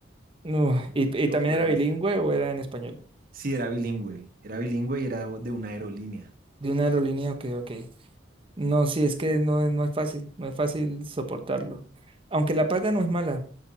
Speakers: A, on the right (about 30°); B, on the right (about 50°).
A: no, y, y
B: No
A: también
B: pude
A: era
B: más.
A: bilingüe o era en español,
B: Sí, era bilingüe, era bilingüe y era de una aerolínea.
A: de una aerolínea, ok, ok. No, sí, es que no, es- no es fácil, no es fácil soportarlo. Aunque la paga no es mala.